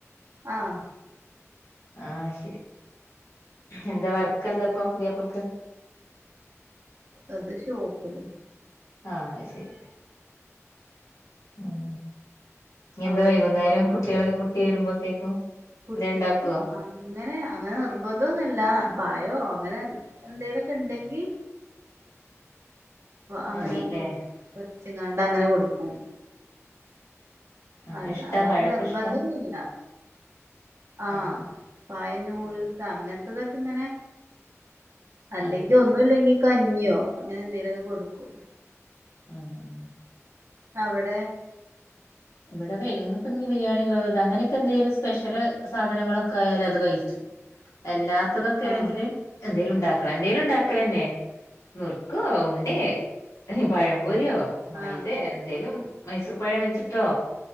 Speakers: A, on the right (about 60°); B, on the left (about 75°).
A: ആഹ്
B: ആ ശരി. എന്ത വർക്കെന്താ പ്പോ പുതിയപ്പൾക്ക്?
A: അത് ഷോപ്പിൽ
B: ആഹ് അ ശരി ഉം എന്ത്
A: അവിടെ
B: വൈകുന്നേരം കുട്ടികൾ കുട്ടി വരുമ്പോത്തേക്കും
A: കുട്ടിക്ക്
B: എന്തേ ഉണ്ടാക്കുവോ
A: അങ്ങനെ അങ്ങനെ നിർബന്ധൊന്നുംല്ല പായ അങ്ങനെ എന്തേലൊക്കെ ഉണ്ടെങ്കി അങ്ങനെ
B: മതില്ലേ
A: കൊടുക്കും കൊച്ചങ്ങാണ്ട് അങ്ങനെ കൊടുക്കും
B: ആഹ്
A: അല്ല
B: ഇഷ്ടാ
A: അല്ലാതെ
B: പഴൊക്കെ
A: നിർബന്ധ
B: ഇഷ്ടാ
A: ഇല്ല ആഹ
B: ആഹ്
A: പയനൂഡിൽസ് അങ്ങനത്തെതൊക്കെ ഇങ്ങനെ അല്ലെങ്കി
B: ആഹ്
A: ഒന്നുംല്ലെങ്കി കഞ്ഞിയോ അങ്ങനെ എന്തേലുമൊക്കെ കൊടുക്കും
B: ആഹ ഉ
A: അവിടെ
B: ഇവിടെ വ ഇന്ന് ഇപ്പ ഇ ബിരിയാണി ഉള്ളത്ണ്ട് അങ്ങനെയൊക്കെ എന്തെിലും സ്പെഷ്യൽ സാധനങ്ങളൊക്കെ ആയാല അത് കഴിച്ചു അല്ലാത്തതൊക്കെ ആണെങ്കില്
A: ആ
B: എന്തെലും ഉണ്ടാക്കല എന്തേലും ഉണ്ടാക്കലന്നെ നുറുക്ക ഉണ്ടേ പഴപൊരിയോ മൈത
A: ആ
B: എന്തേലും മൈസൂർ പഴം വെച്ചിട്ടോ